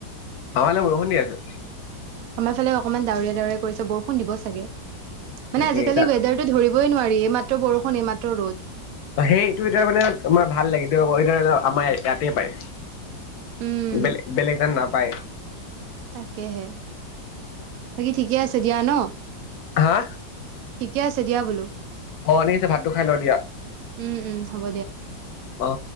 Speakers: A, on the left; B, on the right.
A: আমা এইয়াট বৰষুণ দি আছে।
B: আমাৰ ফালে অকণমান ডাৱৰীয়া ডাউৰৰি কৰিছে বৰষুণ দিব চাগে।
A: তাকে
B: মানে আজিকালি
A: এতিয়া
B: ৱেডাৰটো ধৰিবই নোৱাৰি এইমাত্ৰ বৰষুণ এইমাত্ৰ ৰ'দ
A: ত' সেইটো এতিয়া মানে তোমাৰ ভাল লাগে এই আমাৰ ইয়াতে পায়।
B: উম
A: বেলে বেলেগ দে নাপাই
B: তাকেহে বাকী ঠিকে আছে দিয়া ন।
A: হা
B: ঠিকে আছে দিয়া বোলো।
A: অ দেৰি হৈছে ভাতটো খাই লওঁ দিয়া
B: উম উম হ'ব